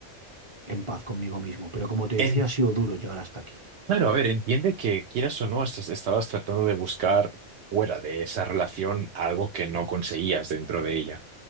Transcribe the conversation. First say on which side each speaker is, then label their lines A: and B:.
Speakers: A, on the right; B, on the right.
A: en paz conmigo mismo, pero como te
B: en,
A: decía, ha sido duro llegar hasta aquí.
B: claro, a ver, entiende que quieras o no, estás- estabas tratando de buscar fuera de esa relación algo que no conseguías dentro de ella.